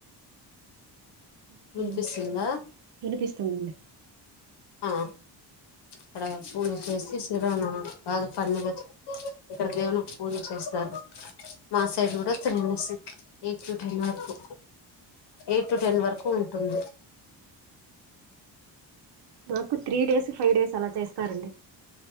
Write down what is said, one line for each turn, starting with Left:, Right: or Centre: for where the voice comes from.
Right: ఓకే
Left: వినిపిస్తుందా
Right: అండి వినిపిస్తుందండి
Left: ఆ ఇక్కడ పూజ చేసి శ్రీ రామనావమ్ బాగా పండుగా ఇక్కడ దేవుని పూజ చేస్తారు మాసైడ్ కూడా తిరుమూసి ఎ చూఠెన్నరకు ఎయిట్ టు టెన్ వరకు <unintelligible>
Right: మాకు త్రీ డేస్ ఫై డేస్ అలా చేస్తారండి